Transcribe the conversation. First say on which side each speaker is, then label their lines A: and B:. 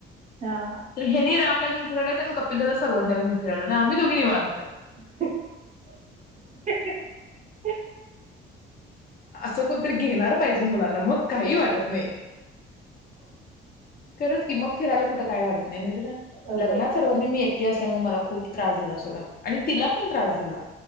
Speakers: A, on the right (about 35°); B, on the left (about 45°).
A: हा हा
B: तर हेनी रामला फिरालाय नेतात कपिल दादा सर्वज्ञा घेवून फिरायलात आणि आम्ही दोघी निवांत
A: <inaudible>
B: असं कोणतरी घेणार पाहिजे मुलांना मग काही वाटत मे खरंच की मग फिरायला कुठं काय वाटत नाहीतर
A: होय
B: लग्नात सर्वज्ञा आणि मी एक एकटी असल्यामुळे मला खूप त्रास झाला सोडा आणि तिला पण त्रास झाला